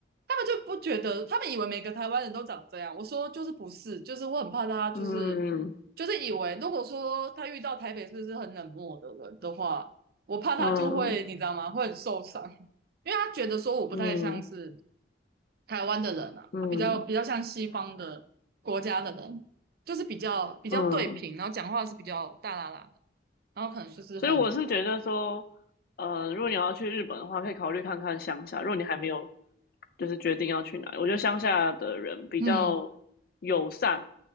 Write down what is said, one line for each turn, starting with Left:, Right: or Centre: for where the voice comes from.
Right: 他们就不觉得，他们以为每个台湾人都长这样。我说就是不是，就是我很怕他，就是
Left: 嗯
Right: 就是以为，如果说他遇到台北市是很冷漠的人的话，我怕他就会，
Left: 嗯
Right: 你知道吗？会很受伤，因为他觉得说我不太像是。
Left: 嗯
Right: 台湾的人啊，
Left: 嗯
Right: 他比较比较像西方的国家的人，就是比较比较对平，
Left: 嗯，
Right: 然后讲话是比较大啦啦的，然后可能就是很
Left: 所以我是觉得说，呃，如果你要去日本的话，可以考虑看看乡下。如果你还没有就是决定要去哪里我觉得乡下的人比较友善
Right: 嗯，